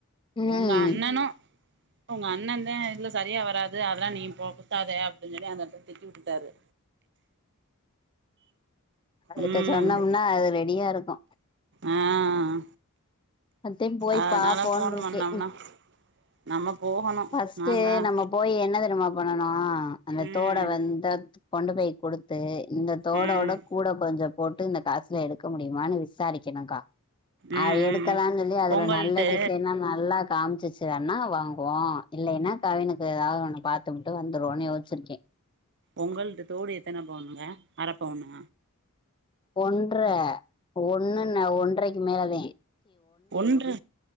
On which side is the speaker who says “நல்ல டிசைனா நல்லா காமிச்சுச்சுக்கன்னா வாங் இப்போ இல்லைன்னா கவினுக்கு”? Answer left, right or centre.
Left